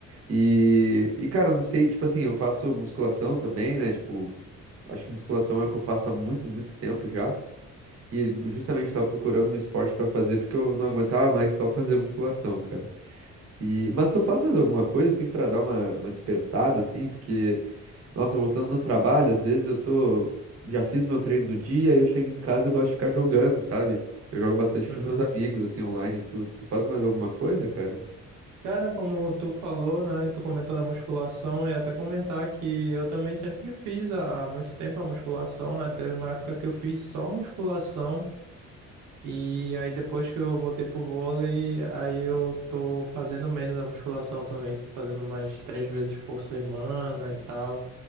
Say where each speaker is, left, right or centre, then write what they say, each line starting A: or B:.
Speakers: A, on the right; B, on the right.
A: E, e cara, eu não sei, tipo assim, eu faço musculação também, né? Tipo. Acho que musculação é o que eu faço há muito, muito tempo já. E justamente estava procurando um esporte para fazer porque eu não aguentava mais só fazer musculação, cara. E mas tu faz mais alguma coisa assim para dar uma, uma dispersada assim, porque nossa, voltando no trabalho, às vezes eu tô já fiz meu treino do dia, aí eu chego em casa e eu gosto de ficar jogando, sabe? Eu jogo bastante
B: Uhum.
A: com os meus amigos assim online. Tu, tu faz mais alguma coisa, cara?
B: Cara, como tu falou, né? Tu comentou da musculação e até comentar que eu também sempre fiz há há muito tempo a musculação, né? Teve uma época que eu fiz só musculação e aí depois que eu voltei pro vôlei, aí eu tô fazendo menos a musculação também, tô fazendo mais três vezes por semana e tal.